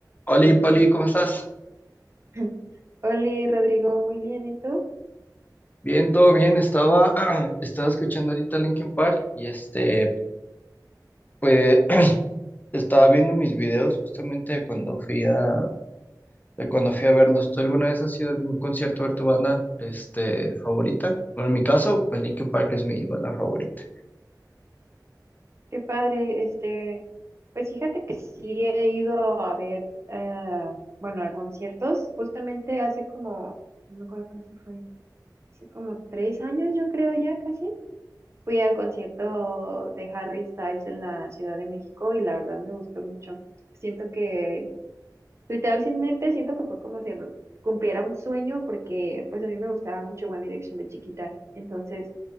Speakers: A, on the left (about 25°); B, on the right (about 40°).
A: Hola, Pali, ¿cómo estás?
B: <laughs> Hola Rodrigo, muy bien, ¿y tú?
A: Bien, todo bien. Estaba, <clears throat> estaba escuchando ahorita Linkin Park y este, pues <clears throat> estaba viendo mis videos justamente de cuando fui a, de cuando fui a verlos. ¿Tú alguna vez has ido a algún concierto a ver tu banda, este, favorita? Bueno, en mi caso, pues Linkin Park es mi banda favorita.
B: Qué padre, este, pues fíjate que sí he ido a ver, eh, bueno, a conciertos, justamente hace como, no me acuerdo cuánto fue, hace como tres años yo creo ya casi, fui al concierto de Harry Styles en la Ciudad de México y la verdad me gustó mucho. Siento que, literalmente siento que fue como si cumpliera un sueño porque pues a mí me gustaba mucho One Direction de chiquita, entonces...